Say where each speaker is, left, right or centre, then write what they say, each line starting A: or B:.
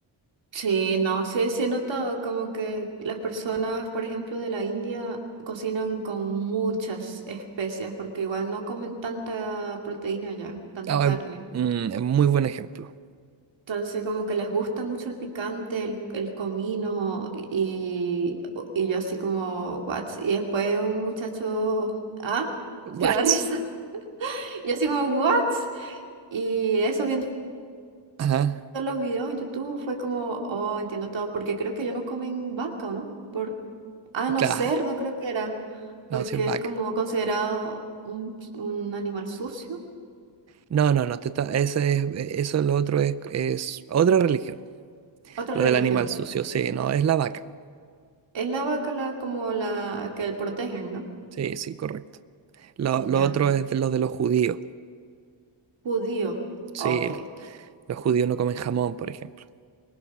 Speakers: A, on the right; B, on the right.
A: Sí, no, sí, sí he notado como que las personas, por ejemplo, de la India cocinan con muchas especias porque igual no comen tanta proteína ya, tanta
B: Ah,
A: carne.
B: es, mm, es muy buen ejemplo.
A: Entonces como que les gusta mucho el picante, el, el comino y, y yo así como, what? Y después un muchacho, ah, <laughs>
B: What?
A: te da risa. <laughs> yo así como, what? Y eso viendo
B: Ajá,
A: los videos en YouTube fue como, oh, entiendo todo, porque creo que ellos no comen vaca, ¿o no? Por, ah, no,
B: claro.
A: cerdo creo que era, porque
B: No, si es vaca.
A: es como considerado un, un animal sucio.
B: No, no, no, te está- ese es- eso lo otro es, es otra religión.
A: Otra
B: Lo
A: religión.
B: del animal sucio, sí, no, es la vaca.
A: Es la vaca la, como la que protegen, ¿no?
B: Sí, sí, correcto. Lo,
A: Ya.
B: lo otro es de lo de los judíos.
A: Judío.
B: Sí,
A: Ok.
B: los judíos no comen jamón, por ejemplo.